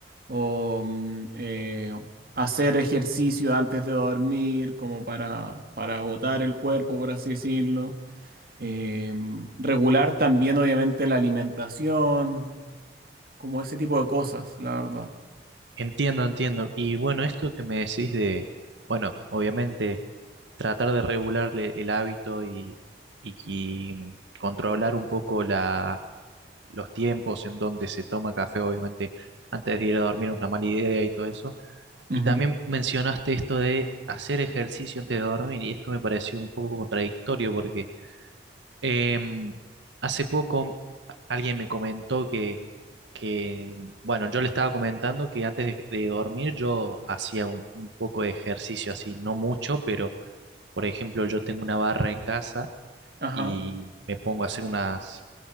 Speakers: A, on the right (about 55°); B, on the right (about 90°).
A: o mm, eh, hacer ejercicio antes de dormir como para, para agotar el cuerpo, por así decirlo. Em, regular también, obviamente, la alimentación, como ese tipo de cosas, la verdad.
B: Entiendo, entiendo. Y bueno, esto que me decís de, bueno, obviamente tratar de regularle el hábito y, y- y controlar un poco la, los tiempos en donde se toma café, obviamente antes de ir a dormir es una mala idea y todo eso.
A: Ujú.
B: Y también mencionaste esto de hacer ejercicio antes de dormir y esto me pareció un poco contradictorio porque Em, hace poco alguien me comentó que, que, bueno, yo le estaba comentando que antes de, de dormir yo hacía un, un poco de ejercicio así, no mucho, pero por ejemplo yo tengo una barra en casa
A: Ajá.
B: y me pongo a hacer unas,